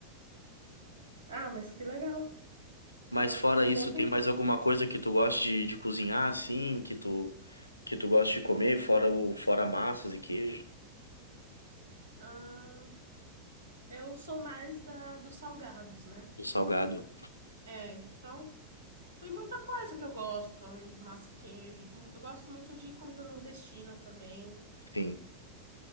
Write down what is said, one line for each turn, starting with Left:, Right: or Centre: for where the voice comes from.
Right: Ah, mas que legal.
Left: Mas
Right: Uma-
Left: fora
Right: um ponto
Left: isso, tem
Right: em...
Left: mais alguma coisa que tu gosta de, de cozinhar, assim, que tu que tu gosta de comer, fora o fora massas e queijo,
Right: Ah, Eu sou mais da dos salgados, né?
Left: o salgado?
Right: é, então tem muita coisa que eu gosto, além de massa e queijo. Eu gosto muito de comida nordestina também.
Left: Sim,